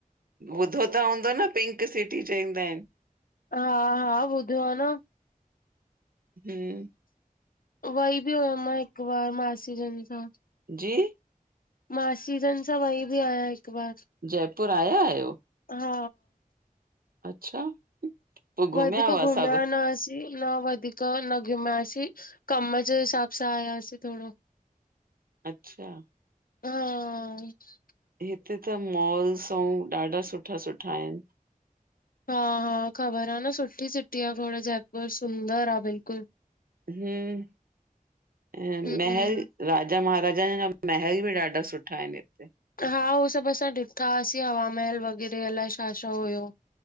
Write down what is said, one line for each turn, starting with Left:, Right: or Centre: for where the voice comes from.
Right: ॿुधो त हूंदो न, पिंक सिटी चईंदा आहिन।
Left: हा हा ॿुधयो आ न।
Right: हम्म
Left: वई बि हुयम मां हिकु बार, मासी जनि सां।
Right: जी?
Left: मासीजनि सां वई बि आहियां हिकु बार।
Right: जयपुर आया आहियो?
Left: हा
Right: अच्छा? पोइ
Left: वधीक
Right: हुआ
Left: घुमिया
Right: सभु
Left: न आसीं। न वधीक न घुमियासीं, कम जे हिसाबु सां आयासीं थोड़ो।
Right: अच्छा।
Left: हा
Right: हिते त मॉल्स अऊं ॾाढा सुठा सुठा आहिन।
Left: हा हा ख़बर आ न, सुठी सिटी आ खोड़ जयपुर, सुंदर आ बिल्कुल।
Right: हम्म अ
Left: हम्म
Right: महल राजा महाराजा उन जा महल बि ॾाढा सुठा आहिन हिते।
Left: हा ऊओ सभु असां ॾिठाहासीं, हवा महल वग़ैरह अलाए शा शा हुयो।